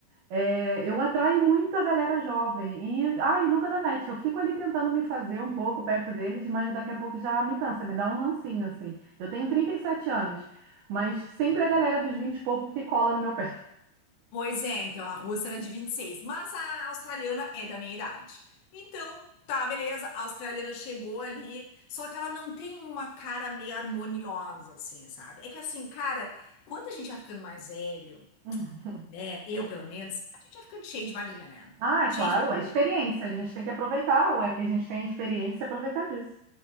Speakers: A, on the right; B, on the left.
A: é, eu atraio muito a galera jovem. E, ai, nunca dá match. Eu fico ali tentando me fazer um pouco perto deles, mas daqui a pouco já me cansa, me dá um rancinho, assim. Eu tenho 37 anos, mas sempre
B: Boa.
A: a galera dos 20 e pouco que cola no meu pé. <laughs>
B: Pois é, então a Russa era de 26 mas a australiana é da minha idade. Então, tá, beleza, a australiana chegou ali, só que ela não tem uma cara meio harmoniosa, assim, sabe? É que assim, cara, quando a gente vai ficando mais velho,
A: Hum.
B: né? Eu, pelo menos, a gente vai ficando cheio de mania, né?
A: Ai,
B: Cheio
A: claro,
B: de mania.
A: a experiência. A gente tem que aproveitar, ué, que a gente tem a experiência e aproveitar disso.